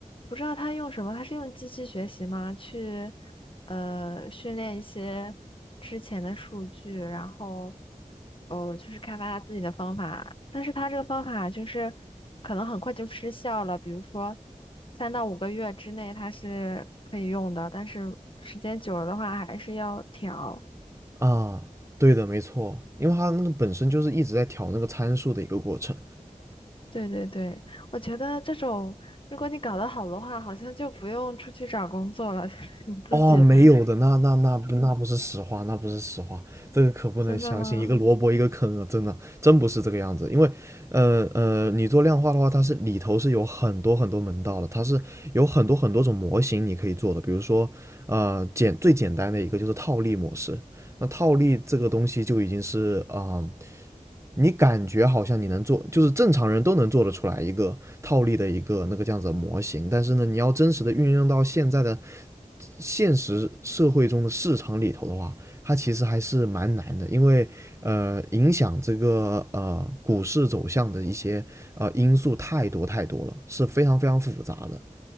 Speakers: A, on the left; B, on the right.
A: 不知道他用什么，他是用机器学习吗？去，呃，训练一些之前的数据，然后，哦，就是开发他自己的方法。但是他这个方法就是可能很快就失效了，比如说三到五个月之内他是可以用的，但是时间久了的话还是要调。
B: 啊，对的，没错，因为他那个本身就是一直在调那个参数的一个过程。
A: 对对对，我觉得这种如果你搞得好的话，好像就不用出去找工作了，<laughs> 你自己。
B: 哦，没有的，那那那不那不是实话，那不是实话，这个可不能相信，
A: 真的吗？
B: 一个萝卜一个坑啊，真的，真不是这个样子。因为，呃呃，你做量化的话，它是里头是有很多很多门道的，它是有很多很多种模型你可以做的。比如说，呃，简最简单的一个就是套利模式，那套利这个东西就已经是啊、你感觉好像你能做，就是正常人都能做得出来一个套利的一个那个这样子的模型，但是呢，你要真实的运用到现在的现实社会中的市场里头的话，它其实还是蛮难的，因为呃，影响这个呃股市走向的一些呃因素太多太多了，是非常非常复杂的。